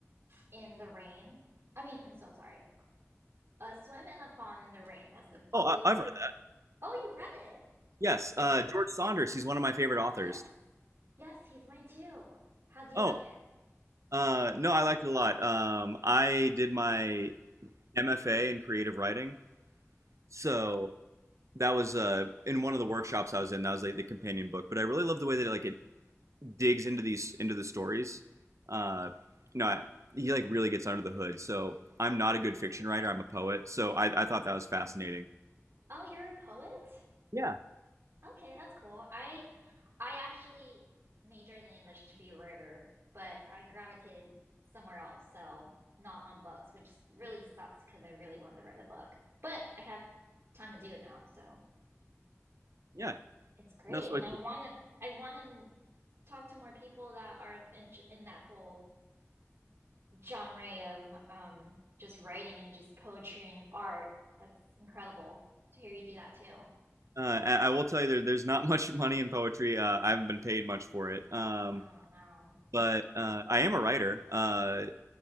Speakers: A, on the right (about 55°); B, on the right (about 75°).
A: in the Rain. I mean, I'm so sorry. A swim in a pond in the rain. That's the
B: Oh, I,
A: the.
B: I've read that.
A: Oh, you read it?
B: Yes.
A: Did
B: Uh,
A: you?
B: George Saunders. He's one of my favorite authors.
A: Yes, yes. He's mine too. How do you
B: Oh,
A: like it?
B: uh, no, I liked it a lot. Um, I did my MFA in creative writing. So that was uh, in one of the workshops I was in. That was like the companion book. But I really love the way that it, like it digs into these into the stories, uh, you know, he like really gets under the hood. So I'm not a good fiction writer. I'm a poet. So I, I thought that was fascinating.
A: Oh, you're a poet?
B: Yeah,
A: Okay, that's cool. I I actually majored in English to be a writer, but I gravitated somewhere else, so not on books, which really sucks because I really wanted to write a book. But I have time to do it now, so
B: yeah,
A: it's great.
B: that's
A: And
B: what.
A: I
B: I
A: want to I want to talk to more people that are in, in that whole genre of um just writing and just poetry and art. That's incredible to hear you do that too.
B: Uh, I will tell you, there, there's not <laughs> much money in poetry. Uh, I haven't been paid much for it. Um,
A: Oh no,
B: but uh, I am a writer. Uh,